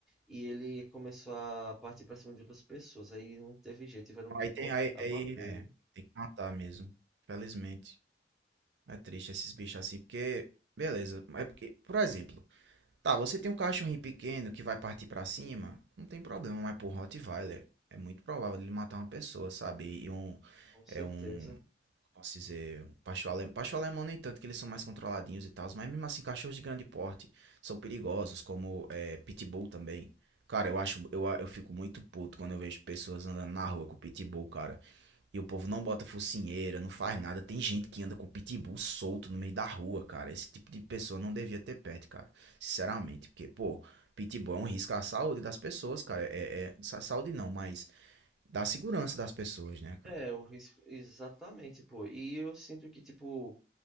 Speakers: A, in the centre; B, on the right (about 80°).
A: E ele começou a partir pra cima de outras pessoas. Aí não teve jeito, tiveram que
B: Aí tem,
A: colocar,
B: aí,
A: abater
B: aí, é,
A: ele,
B: tem que matar mesmo. Felizmente. É triste esses bichos assim, porque, beleza, mas é porque, por exemplo, tá, você tem um cachorrinho pequeno que vai partir pra cima, não tem problema, mas pro Rottweiler é muito provável ele matar uma pessoa, sabe? E um,
A: com certeza.
B: é um, posso dizer, pastor alemão, pastor alemão nem tanto, que eles são mais controladinhos e tal, mas mesmo assim, cachorros de grande porte são perigosos, como é, pitbull também. Cara, eu acho, eu, eu fico muito puto quando eu vejo pessoas andando na rua com pitbull, cara. E o povo não bota focinheira, não faz nada. Tem gente que anda com pitbull solto no meio da rua, cara. Esse tipo de pessoa não devia ter pet, cara. Sinceramente, porque, pô, pitbull é um risco à saúde das pessoas, cara. É, é, é, sa- saúde não, mas da segurança das pessoas, né, cara?
A: É, o risco, exatamente, pô. E eu sinto que, tipo,